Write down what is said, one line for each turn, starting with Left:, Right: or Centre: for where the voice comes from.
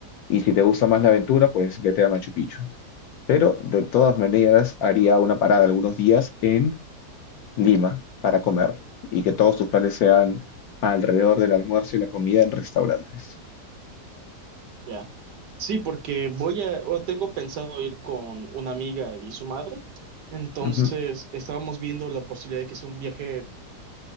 Left: Y si te gusta más la aventura, pues vete a Machu Picchu. Pero de todas maneras haría una parada algunos días en Lima para comer y que todos tus planes sean alrededor del almuerzo y la comida en restaurantes.
Right: Ya. Sí, porque voy a, o tengo pensado ir con una amiga y su madre. Entonces,
Left: Ujú,
Right: estábamos viendo la posibilidad de que sea un viaje